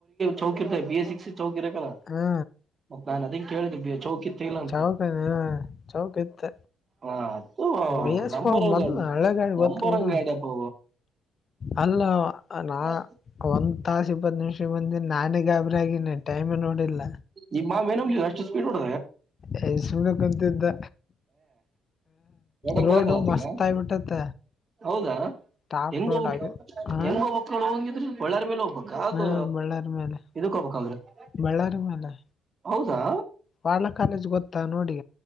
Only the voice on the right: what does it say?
ಚೌಕಿರ್ತೆ ಬಿ ಎ ಸಿಕ್ ಸಿ ಚೌಕಿರಲ್ಲ
ನಾನ್ ಅದನ್ ಕೇಳಿದ ಭ ಚೌಕತ್ ತಲ್ಲ ಅಂತ
ಹಾ ಹ
ನಂಬರ
ಗ
ನಂಬರ
ಗಡಾವ
ಹ <inaudible>
ಈಗ ಬಾಬೇ ನಮ್ದ ಅಷ್ಟ ಸ್ಪೀಡ್ ಹೊಡದ
ಒಡಕ್
ಬರಕಲ್ಲತ್ತಗ
ಹೌದಾ.
ಹೆಂಗ
ಹೋಬಕ್
ಹೆಂಗ ಹೋಬಕ್ ಹೋಗಂಗ ಇದರ ಬಳ್ಳಾರಿ ಮೇಲೆ ಹೋಗ್ಬೇಕ ಅದು
ಇದಕ ಹ ಕೆ <inaudible>
ಹೌದಾ